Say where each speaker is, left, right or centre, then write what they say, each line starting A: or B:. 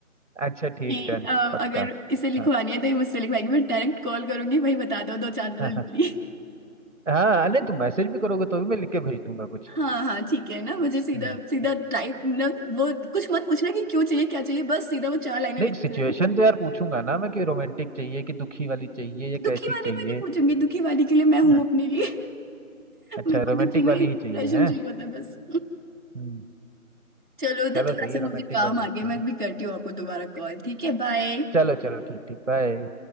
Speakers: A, on the right (about 55°); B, on the right (about 35°).
A: अच्छा ठीक
B: कि
A: डन
B: अ,
A: पक्का
B: अगर इसे लिखवानी
A: हाँ
B: है तो ये मुझसे लिखवाएगी मैं डायरेक्ट कॉल करूंगी भाई बता दो दो चार दिन
A: हाँ
B: के लिए
A: हाँ हाँ, नहीं तुम मैसेज भी करोगे तो भी मैं लिख के भेज दूंगा कुछ
B: हाँ हाँ ठीक है ना मुझे
A: हम्म
B: सीधा सीधा
A: हम्म।
B: टाइप मतलब वो कुछ मत पूछना कि क्यों चाहिए क्या चाहिए बस सीधा वो चार लाइनें
A: नहीं
B: लिख
A: सिचुएशन
B: देना
A: तो यार पूछूंगा ना मैं कि रोमांटिक चाहिए कि दुखी वाली चाहिए या कैसी
B: दुखी वाली
A: चाहिए
B: मैं नहीं पूछूंगी दुखी वाली के लिए मैं हूँ
A: हाँ,
B: अपने लिए <laughs>
A: अच्छा
B: मेरे को
A: रोमांटिक
B: दुखी में
A: वाली
B: इंप्रेशन
A: ही चाहिए है
B: चाहिए होता है बस
A: हम्म
B: चलो तो
A: चलो
B: थोड़ा
A: सही
B: सा
A: है रोमांटिक
B: मुझे काम
A: वाली
B: आ
A: लिखते
B: गया मैं
A: हैं
B: अभी करती हूँ आपको दोबारा कॉल ठीक है बाय
A: चलो चलो ठीक ठीक बाय